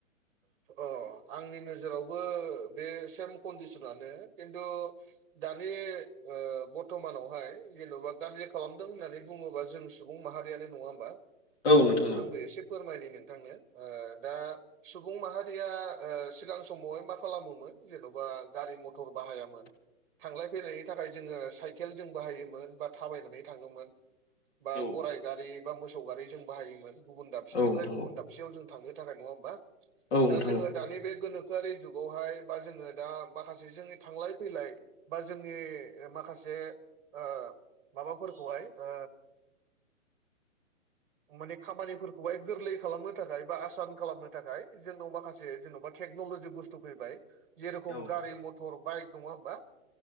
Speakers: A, on the right; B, on the left.
A: अ आंनि नोजोरावबो बे सेम कन्डिसनानो खिन्थु दानि ओ बर्थ'मानावहाय जेन'बा गाज्रि खालामदों होननानै बुङोबा जों सुबुं माहारियानो नङा होमबा।
B: औ नोंथां
A: आंबो एसे फोरमायनो नोंथांनो ओ दा सुबुं माहारिया ओ सिगां समावहाय मा खालामोमोन जेन'बा गारि मथर बाहायामोन। थांलाय फैलायनि थाखाय जोङो साइकेल जों बाहायोमोन बा थाबायनानै थाङोमोन। बा
B: औ
A: गराइ गारि बा मोसौ गारि जों बाहायोमोन। गुबुन दाबसेनिफ्राय
B: औ नोंथां
A: गुबुन
B: औ
A: दाब खाबसेयाव जों थांनो थाखाय नङा होनबा
B: औ नोंथां
A: दा जोङो दानि बे गोनोखोआरि जुगावहाय बा जोङो दा माखासे जोंनि थांलाय फैलाय बा जोंनि ओ माखासे ओ माबाफोरखौहाय ओ माने खामानिफोरखौहाय गोरलै खालामनो थाखाय बा आसान खालामनो थाखाय जोंनाव माखासे जेन'बा टेक्न'ल'जि बुस्थु फैबाय। जे रखम
B: औ
A: गारि मथर बाइक नङा होमबा।